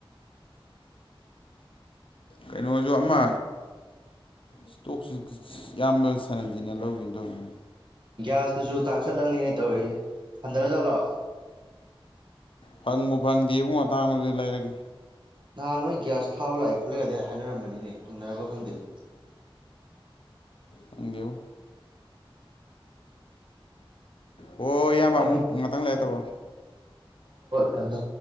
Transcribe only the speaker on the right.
ꯒ꯭ꯌꯥꯁꯇꯨꯁꯨ ꯇꯥꯡꯈꯠꯂꯝꯅꯤꯅꯦ ꯇꯧꯔꯤ ꯍꯟꯗꯔ ꯆꯂꯣ
ꯅꯍꯥꯟꯋꯥꯣꯏ ꯒ꯭ꯌꯥꯁ ꯊꯥꯕ ꯂꯥꯛꯑꯦ ꯈꯣꯠꯂꯛꯒꯗꯤ ꯍꯥꯏꯅꯔꯝꯕꯅꯤꯅꯦ ꯐꯪꯅꯔꯕ ꯈꯪꯗꯦ
ꯍ
ꯀꯗ